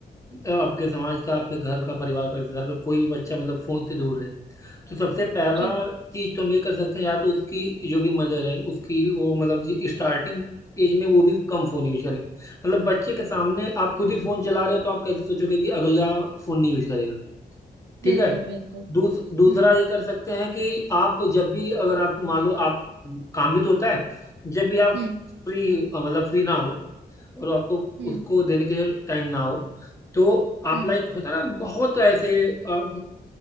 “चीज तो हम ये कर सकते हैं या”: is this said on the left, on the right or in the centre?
Left